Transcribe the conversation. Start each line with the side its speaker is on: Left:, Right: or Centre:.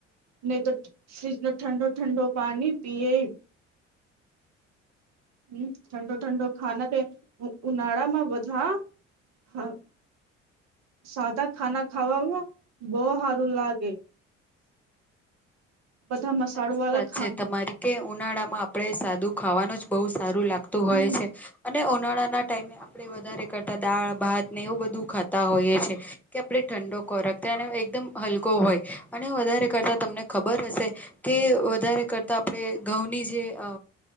Right: નહી તો ફ્રીજનો ઠંડો-ઠંડો પાણી પીએ. હમ્મ ઠંડો-ઠંડો ખાના કે ઉનાળા માં વધા હા. સાદા ખાના ખાવામાં બો હારું લાગે. બધા મસાડું
Centre: સાચી
Right: વાળા
Centre: વાત
Right: ખા
Centre: છે તમારી કે ઉનાળા માં આપણે સાદું ખાવાનું જ બહુ સારું લાગતું
Right: હમ
Centre: હોય છે. અને ઉનાળાના ટાઈમે આપડણે વધારે કરતા દાળ ભાત ને એવું બધું ખાતા ખાતા હોયે છે. કે આપણે ઠંડો કોરાક એકદમ હલકો હોય અને વધારે કરતા તમને ખબર હશે કે વધારે કરતા આપણે ઘઉંની જે અ